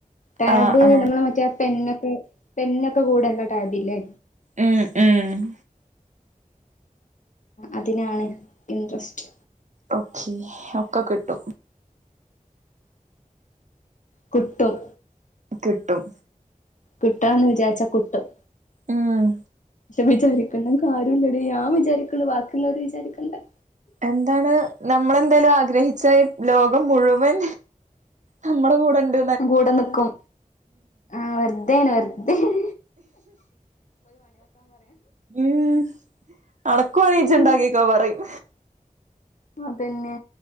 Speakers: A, on the left; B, on the right.
A: ടാബ്
B: ആഹ് ആഹ്
A: നമ്മള മറ്റേ ആ പെന്നൊക്കെ പെന്നൊക്കെ കൂടെള്ള ടാബില്ലേ
B: ഉം ഉം
A: അതിനാണ് ഇൻട്രസ്റ്റ്
B: ഓക്കേ ഒക്ക കിട്ടും
A: കിട്ടും
B: കിട്ടും
A: കിട്ടണം ന്ന് വിചാരിച്ചാ കിട്ടും
B: ഉം
A: വിചാരിക്ക്ണേ കാര്യല്ലടീ ഞാൻ വിചാരിക്ക്ണേ ബാക്കിള്ളോര് വിചാരിക്കണ്ടേ
B: എന്താണ് നമ്മളെന്തേലും ആഗ്രഹിച്ചാ ഈ ലോകം മുഴുവൻ നമ്മടെ കൂടെണ്ട്
A: കൂടെ നിക്കും ആഹ് വെറുതേന് വെറുതെണ്
B: ഉം അണക്കു വേണേ
A: ഉം
B: ഇജ്ജ് ഇണ്ടാക്കിക്കോ പറയും
A: അതന്നെ